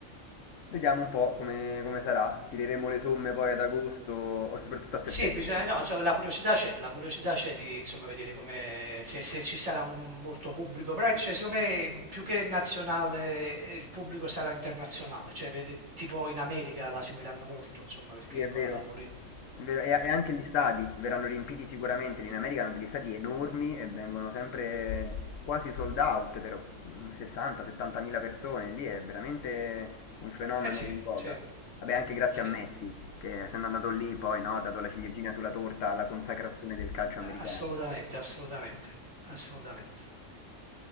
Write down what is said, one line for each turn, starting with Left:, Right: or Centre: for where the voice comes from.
Left: Vediamo un po' come, come sarà, tireremo le somme poi ad agosto o soprattutto a settembre.
Right: Sì, bisogna, no, cioè, la curiosità c'è, la curiosità c'è di insomma, vedere come, se, se ci sarà un, molto pubblico, però cioè, secondo me più che nazionale il pubblico sarà internazionale, cioè vedi, tipo in America la seguiranno molto, insomma, perché
Left: Sì, è
Right: poi
Left: vero.
Right: la fanno lì.
Left: È vero, E, e anche gli stadi verranno riempiti sicuramente. Lì in America hanno degli stadi enormi e vengono sempre quasi sold out per 60-70 mila persone. Lì è veramente un fenomeno
Right: Eh sì,
Left: in voga.
Right: sì,
Left: Vabbè, anche grazie
Right: sì.
Left: a Messi, che essendo andato lì poi no, ha dato la ciliegina sulla torta alla consacrazione del calcio americano.
Right: Assolutamente, assolutamente, assolutamente.